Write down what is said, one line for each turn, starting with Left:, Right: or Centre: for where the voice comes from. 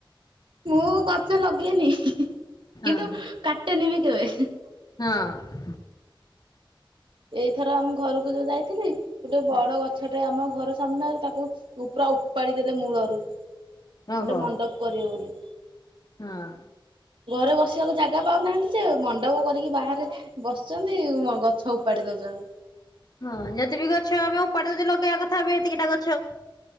Right: ମୁଁ ଗଛ ଲଗେଇନି ହିଁ ହିଁ ହିଁ।
Left: ହଁ
Right: କିନ୍ତୁ କାଟେନି ବି କେବେ ହେଁ ହେଁ।
Left: ହଁ।
Right: ଏଇଥର ଆମ ଘରକୁ ଯୋଉ ଯାଇଥିଲି, ଗୋଟେ ବଡ
Left: ହଁ।
Right: ଗଛଟେ ଆମ ଘର ସାମ୍ନାରେ ତାକୁ ଉ ପୁରା ଉପାଡି ଦେଲେ ମୂଳରୁ
Left: ଓହୋ
Right: ଗୋଟେ ମଣ୍ଡପ କରିବେ ବୋଲି।
Left: ହଁ।
Right: ଘରେ ବସିବାକୁ ଜାଗା ପାଉନାହାନ୍ତି ଯେ, ମଣ୍ଡପ କରିକି ବାହାରେ ବସିଛନ୍ତି ଗଛ ଉପାଡି ଦଉଛନ୍ତି
Left: ହଁ ଯଦି ବି ଗଛ ଆମେ ଉପାଡ଼ି ଦଉଚେ ଲଗେଇବା କଥା ବି ଏତିକି ଟା ଗଛ।